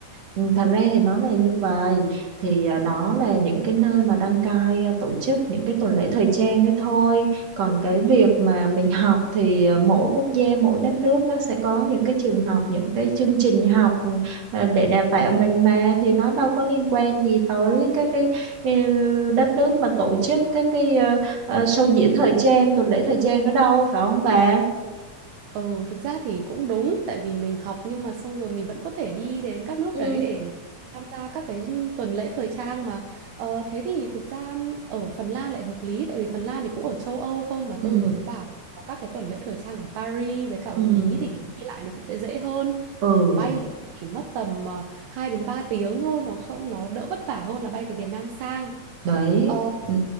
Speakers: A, on the right; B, on the right.
A: Ừ, Thật ra thì nó là như vậy thì à, đó là những cái nơi mà đăng cai à, tổ chức những cái tuần lễ thời trang đấy thôi còn cái việc mà mình học thì à, mỗi quốc gia mỗi đất nước nó sẽ có những cái trường học những cái chương trình học ừ, à, để đào tạo mình mà thì nó đâu có liên quan gì tới các cái ừ, đất nước mà tổ chức các cái ờ, ờ, show diễn
B: Ừm,
A: thời trang tuần lễ thời trang đó đâu phải không bà?
B: ừ, thực ra thì cũng đúng tại vì mình học nhưng mà xong rồi mình vẫn có thể đi đến các nước
A: Ừ.
B: đấy để tham gia các cái tuần lễ thời trang mà. Ờ, thế thì thực ra ở Phần Lan lại hợp lý tại vì Phần Lan thì cũng ở châu Âu không mà tôi
A: Ừ.
B: vừa mới bảo là có các cái tuần lễ thời trang ở Paris với cả ở
A: Ừ.
B: Ý thì kiểu đi lại nó cũng sẽ dễ hơn.
A: Ừ.
B: Kiểu bay thì cũng chỉ mất tầm uh, 2 đến 3 tiếng thôi, nó không nó đỡ vất vả hơn là bay từ Việt Nam sang.
A: Đấy.
B: Ờ,
A: Ừ.